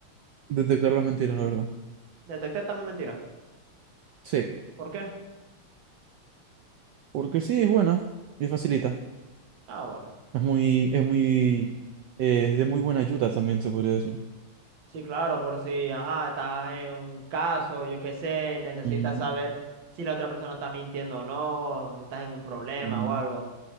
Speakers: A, on the right; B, on the right.
A: Detectar las mentiras, la verdad.
B: Detectar también mentiras.
A: Sí,
B: ¿Por qué?
A: porque sí, es buena y facilita.
B: Ah, bueno.
A: Es muy, es muy, eh, es de muy buena ayuda también, se podría decir.
B: Sí, claro, por si, ajá, estás en un caso, yo qué sé, y necesitas
A: Mm,
B: saber si la otra persona está mintiendo o no, estás en un problema
A: mm.
B: o algo.